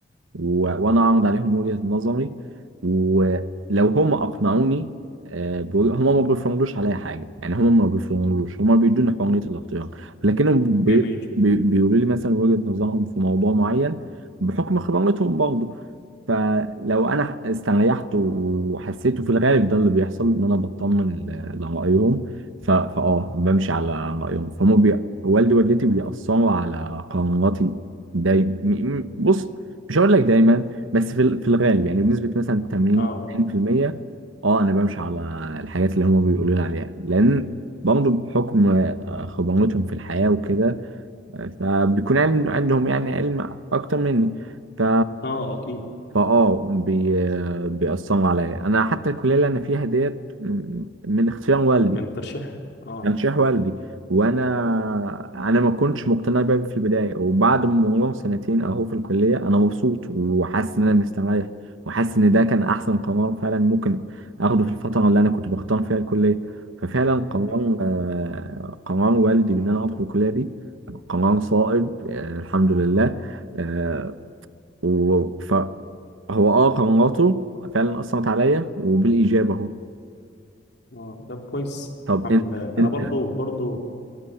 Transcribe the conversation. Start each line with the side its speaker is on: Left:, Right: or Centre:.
Right: و... وانا اعرض عليهم وجهة نظري ولو هم اقنعوني آه، ب- هما ما بيفرضوش عليا حاجه يعني هما ما بيفرضوش هما بيدوني حريه الاختيار لكنهم بي...
Left: جميل
Right: بي... بيقولوا لي مثلا وجهة نظرهم في موضوع معين بحكم خبرتهم برضه فلو انا استريحت وحسيته في الغالب ده اللي بيحصل ان انا بطمن ل- لرايهم ف... فاه بمشي على رايهم فهم بي... والدي ووالدتي بيأثروا على قراراتي دايما بص مش هقول لك دايما بس في, ال... في الغالب يعني بنسبه مثلا 80
Left: اه اه
Right: 90% اه انا بمشي على الحاجات اللي هم بيقولوا لي عليها لان برضه بحكم آه، خبرتهم في الحياه وكده آه، فبيكون عن- عندهم يعني علم اكتر مني ف
Left: اه اكيد
Right: فاه بي... بيأثروا عليا انا حتى الكليه اللي انا فيها ديت م- من اختيار والدي
Left: كان ترشيح اه
Right: ترشيح والدي وانا انا ما كنتش مقتنع بيها في البدايه وبعد ما مرور سنتين اهو في الكليه انا مبسوط وحاسس ان انا مستريح وحاسس ان ده كان احسن قرار فعلا ممكن اخده في الفتره اللي انا كنت بختار فيها الكليه ففعلا
Left: اه
Right: قرار آه، قرار والدي بان انا ادخل الكليه دي قرار صائب آه، الحمد لله آه، و... ف هو اه قناته فعلا اثرت عليا وبالايجاب اهو
Left: اه ده كويس
Right: طب
Left: الحمد
Right: انت
Left: لله انا
Right: انت
Left: برضو برضو